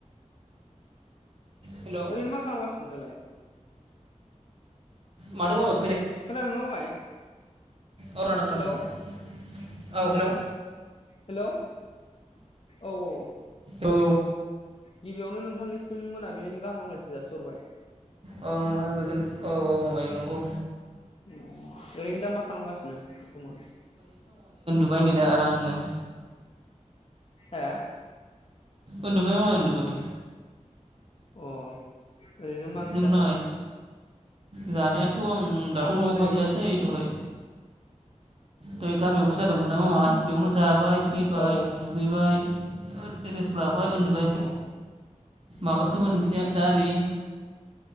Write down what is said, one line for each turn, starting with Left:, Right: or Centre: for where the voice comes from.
Right: हेलौ
Left: ओरैनो मा खालामगासिनो दालाय
Right: मानोमोन
Left: खोनादोंना मामाय
Right: औ आदा खोनादों
Left: हेलौ
Right: औ हेल'
Left: हेलौ औ औ
Right: औ
Left: गिबियावनो नोंथांनिसिम मोनाबिलिनि गाहामलायथि जासिहरबाय
Right: औ मामाय गोजोन औ औ मामाय औ नंगौ
Left: ओरैनो दा मा खालामगासिनो बरथमान
Right: उनदुबाय नै दा आरामनो
Left: हा
Right: उनदुबाय मामाय उनदुबाय
Left: अ ओरैनो मा ओंख्रि
Right: नोंलाय
Left: जाखो?
Right: जानायाथ' आं दाथ'
Left: आंबो
Right: ओंखाम
Left: नै
Right: जायासै दहाय दहाय गामियाव फुजा दंमोन नालाय मामाय बेयावनो जाबाय। फैबाय
Left: औ
Right: दुगैबाय रेस्ट लाबाय उनदुबाय नै।
Left: औ
Right: माबासोमोन ओंख्रिया दालि